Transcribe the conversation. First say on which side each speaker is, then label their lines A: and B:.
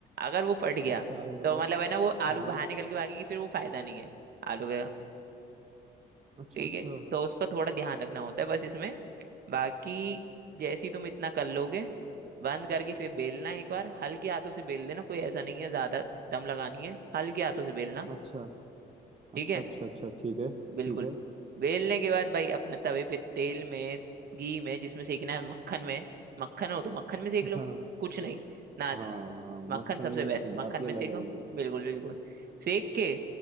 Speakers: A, on the right (about 55°); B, on the right (about 35°).
A: अगर वो फट गया
B: अच्छा आगे बताओ
A: तो मतलब है ना वो आलू
B: हाँ हाँ।
A: बाहर निकल के भागेंगे फिर वो फायदा नहीं है आलू का
B: अच्छा
A: ठीक
B: अच्छा
A: है तो उसका थोड़ा ध्यान रखना होता है बस इसमें बाकी जैसी तुम इतना कर लोगे बंद करके फिर बेलना एक बार हल्के हाथों से बेल देना कोई ऐसा नहीं है ज्यादा दम लगानी है हल्के हाथों से बेलना
B: अच्छा अच्छा
A: ठीक है
B: अच्छा अच्छा ठीक है ठीक
A: बिल्कुल
B: है
A: बेलने के बाद भाई अपने तवे पे तेल में घी में जिसमें सेकना है मक्खन में मक्खन हो तो मक्खन में सेक लो
B: हाँ
A: कुछ नहीं ना
B: हाँ
A: मक्खन
B: मक्खन
A: सबसे बेस्ट
B: में तो बात
A: मक्खन
B: ही
A: में
B: अलग
A: सेको
B: आएगी
A: बिल्कुल बिल्कुल सेक के